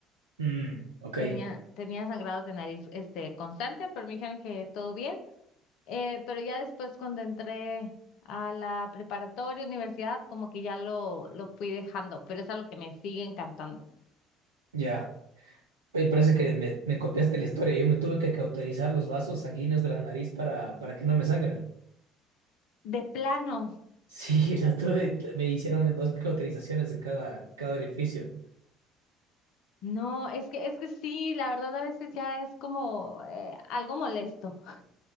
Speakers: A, on the right; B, on the left.
A: Mm, ok,
B: Tenía, tenía sangrados de nariz este, constante, pero me dijeron que todo bien. Eh, pero ya después cuando entré a la preparatoria, universidad, como que ya lo, lo fui dejando, pero es algo que me sigue encantando.
A: ya. Oye, parece que me, me copiaste la historia. Yo me tuve que cauterizar los vasos sanguíneos de la nariz para, para que no me sangren.
B: De plano,
A: Sí, <laughs> la tuve, me hicieron dos cauterizaciones en cada, cada orificio.
B: no, es que, es que sí, la verdad a veces ya es como eh, algo molesto,